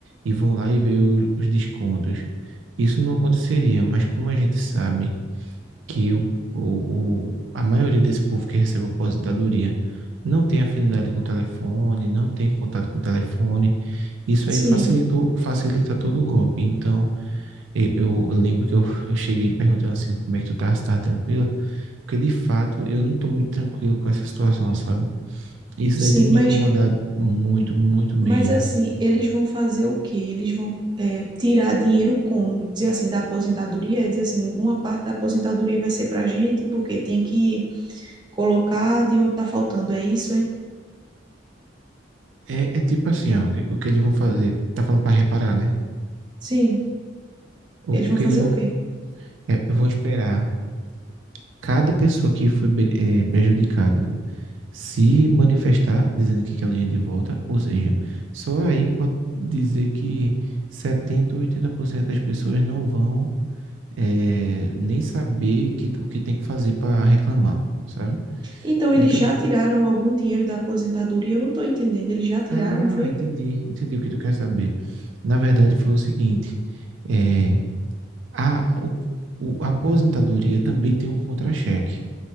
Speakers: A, on the right (about 80°); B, on the right (about 25°).
A: e vão lá e ver os, os descontos. Isso não aconteceria, mas como a gente sabe que o, o, o- a maioria desse povo que recebe aposentadoria não tem afinidade com o telefone, não tem contato com o telefone. Isso
B: Sim,
A: aí facilitou, facilita todo o golpe. Então, e- eu, lembro que eu, eu cheguei perguntando assim, como é que tu tá, se tá tranquila? Porque, de fato, eu não tô muito tranquilo com essa situação, sabe? Isso
B: sim,
A: daí tem me
B: mas,
A: incomodado muito, muito mesmo.
B: mas assim, eles vão fazer o quê? Eles vão é, tirar dinheiro como? Dizer assim, da aposentadoria, dizer assim, uma parte da aposentadoria vai ser pra gente, porque tem que colocar de onde tá faltando, é isso, hein?
A: É, é tipo assim, ó, o que, o que eles vão fazer? Tá falando para reparar, né?
B: Sim,
A: O,
B: eles
A: o
B: vão
A: que
B: fazer
A: eles vão...
B: o quê?
A: é, eu vou esperar cada pessoa que foi be- eh, prejudicado se manifestar dizendo que quer o dinheiro de volta, ou seja, só aí pode dizer que 70 ou 80% das pessoas não vão eh, nem saber que, o que tem que fazer para reclamar, sabe?
B: Então, eles
A: Então,
B: já tiraram algum dinheiro da aposentadoria? Eu não tô entendendo, eles já tiraram,
A: ah,
B: foi?
A: entendi, entendi o que tu quer saber. Na verdade, foi o seguinte, eh, a, o- o- a aposentadoria também tem um contra-cheque.